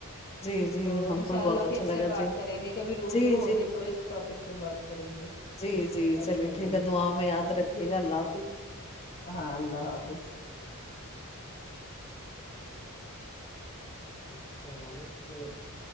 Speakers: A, on the left; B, on the left.
A: جی جی
B: تو
A: ہم
B: انشاء
A: کو بھی بہت
B: اللہ
A: اچھا
B: پھر
A: لگا
B: سے بات
A: جی
B: کریں گے کبھی روبرو
A: جی جی
B: ہوں گے تو اس ٹاپک پہ بات کریں گے
A: جی
B: ٹھیک
A: جی
B: ہے اچھا
A: چلیے ٹھیک
B: جی
A: ہے دعاؤں میں یاد رکھیے گا اللہ حافظ
B: ہاں اللہ حافظ
A: <inaudible>